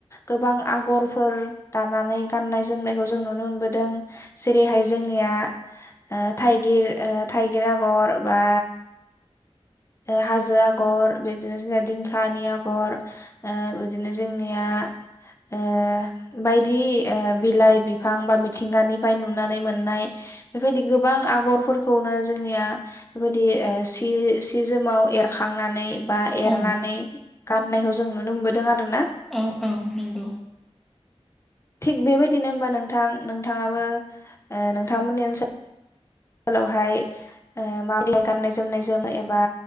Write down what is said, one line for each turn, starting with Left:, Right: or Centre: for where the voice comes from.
Left: गोबां आगरफोर दानानै गाननाय जोमनायखौ जों नुनो मोनबोदों जेरैहाय जोंनिया ओ थाइगिर ओ थाइगिर आगर बा ओ हाजो आग'र बिदिनो जोंना दिंखानि आगर ओ बिदिनो जोंनिया ओ बायदि ओ बिलाइ बिफां बा मिथिंगानिफ्राय नुनानै मोननाय बेबायदि गोबां आगरफोरखौनो जोंनिया बेबायदि ओ <unintelligible> सि जोमाव एरखांनानै बा एरनानै
Centre: औ
Left: गाननायखौ जों नुनो मोनबोदों आरो ना
Centre: औ औ नंगौ
Left: थिग बेबायदिनो ओमबा नोंथां नोंथाङाबो ओ नोंथांमोननि ओनसो लावहाय ओ <unintelligible> गाननाय जोमनाय जोमो एबा